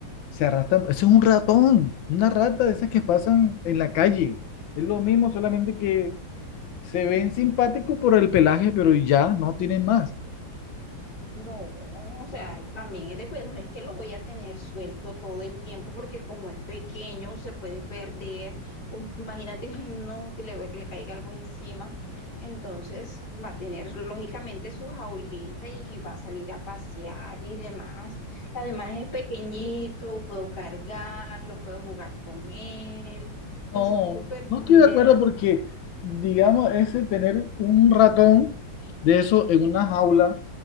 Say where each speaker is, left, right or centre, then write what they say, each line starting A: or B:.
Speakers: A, on the left; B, on the left.
A: Se arrastran. Eso es un ratón, una rata de esas que pasan en la calle. Es lo mismo, solamente que se ven simpáticos por el pelaje, pero ya no tienen más.
B: No, o sea, también es de cuidado, no es que lo voy a tener suelto todo el tiempo porque como es pequeño se puede perder, o imagínate, ay no, que le, que le caiga algo encima, entonces va a tener lógicamente su jaulita y va a salir a pasear y demás. Además es pequeñito, puedo cargarlo, puedo jugar con él y
A: No,
B: son súper
A: no estoy
B: tiernos.
A: de acuerdo porque, digamos, ese tener un ratón de eso en una jaula,